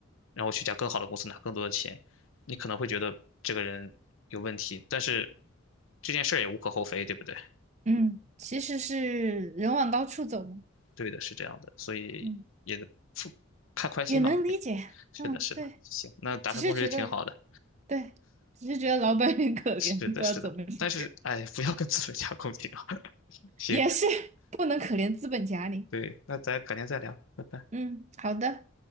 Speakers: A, on the left; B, on the right.
A: 然后我去一家更好的公司拿更多的钱，你可能会觉得这个人有问题，但是这件事儿也无可厚非，对不对？
B: 嗯，其实是人往高处走嘛。
A: 对的，是这样的，所以也
B: 嗯，
A: 看宽心嘛，
B: 也能理解。
A: 也是的，
B: 嗯，
A: 是的，
B: 对，
A: 行，那达成共识就挺好的。
B: 只是觉得，对，只是觉得老板很可怜，
A: 是的，
B: 不知道怎么说，
A: 是的，但是哎，不要跟资本家共情啊。<laughs> 行，
B: 也是不能可怜资本家你。
A: 对，那咱改天再聊，拜拜。
B: 嗯，好的。